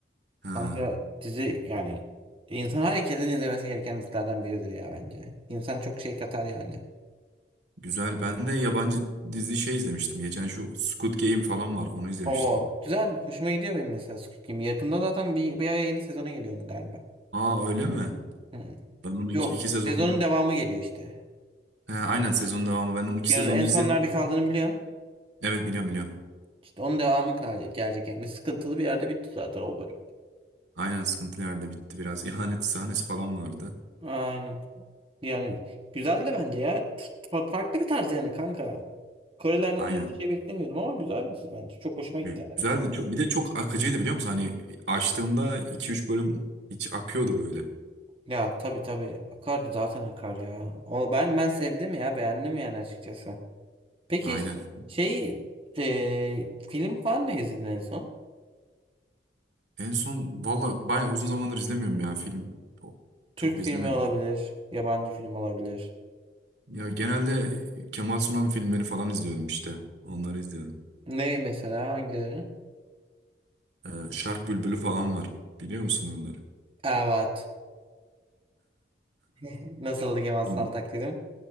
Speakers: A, on the right; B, on the right.
A: ha,
B: Kanka dizi yani insan herkesin izlemesi gereken dizilerden biridir ya bence. İnsan çok şey katar yani.
A: güzel. Ben de yabancı dizi şey izlemiştim. Geçen şu Squid Game falan var. Onu izlemiştim.
B: O güzel hoşuma gidiyor benim mesela Squid Game. Yakında zaten bir, bir aya yeni sezona geliyor onun galiba.
A: Aa öyle mi?
B: Hmm.
A: Ben onu
B: Yok
A: iki, iki sezon
B: sezonun devamı geliyor işte.
A: ha, aynen sezon devamı. Ben onun iki
B: Yarın
A: sezonu
B: en
A: izledim.
B: son nerede kaldığını biliyorum.
A: Evet biliyorum biliyorum.
B: İşte onun devamı kal- gelecek yani. Sıkıntılı bir yerde bitti zaten o bölüm.
A: Aynen sıkıntılı yerde bitti biraz. İhanet sahnesi falan vardı.
B: Aynen. Yani güzeldi bence ya. T- fa- Farklı bir tarz yani kanka. Korelerden
A: Aynen.
B: öyle bir şey beklemiyordum ama güzeldi bence. Çok hoşuma gitti
A: Gü-
B: yani.
A: Güzeldi. Çok, bir de çok akıcıydı biliyor musun? Hani açtığımda iki üç bölüm hiç akıyordu böyle.
B: Ya tabii tabii akardı zaten akar ya. O, ben ben sevdim ya beğendim yani açıkçası. Peki
A: Aynen.
B: ş- şey e, film falan ne izledin en son?
A: En son valla bayağı uzun zamandır izlemiyorum ya film. O- Çok
B: Türk
A: izlemedim.
B: filmi olabilir, yabancı film olabilir.
A: Ya genelde Kemal Sunal'ın filmleri falan izliyorum işte. Onları izliyorum.
B: Ne mesela hangileri?
A: Ee, Şark Bülbülü falan var. Biliyor musun onları?
B: Evet. <laughs> Nasıldı Kemal Sunal
A: On-
B: taklidim?